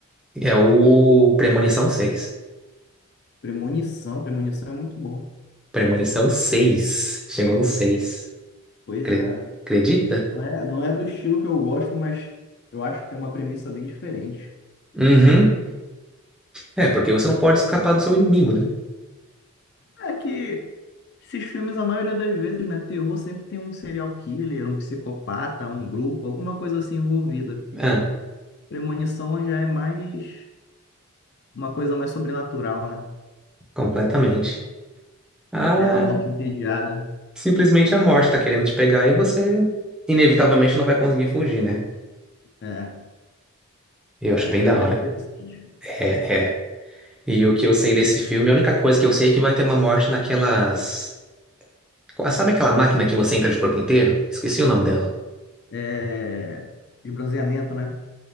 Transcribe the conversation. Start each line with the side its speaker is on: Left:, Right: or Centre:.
Centre: é o Premonição seis.
Left: Premonição, Premonição é muito bom.
Centre: Premonição seis. Chegou no 6.
Left: Pois
Centre: Cre-
Left: é.
Centre: Acredita?
Left: Não é, não é do estilo que eu gosto, mas eu acho que tem uma premissa bem diferente.
Centre: Uhum. É, porque você não pode escapar do seu inimigo, né?
Left: É que esses filmes, a maioria das vezes, né? Terror sempre tem um serial killer, um psicopata, um grupo, alguma coisa assim envolvida.
Centre: Ah,
Left: Premonição já é mais uma coisa mais sobrenatural, né?
Centre: completamente. Ah,
Left: É a morte entediada.
Centre: simplesmente a morte tá querendo te pegar e você inevitavelmente não vai conseguir fugir, né?
Left: É,
Centre: Eu acho
Left: acho
Centre: bem
Left: bem
Centre: da
Left: mais
Centre: hora.
Left: interessante.
Centre: É, é. E o que eu sei desse filme, a única coisa que eu sei é que vai ter uma morte naquelas. Sabe aquela máquina que você entra de corpo inteiro? Esqueci o nome dela.
Left: É, de bronzeamento, né?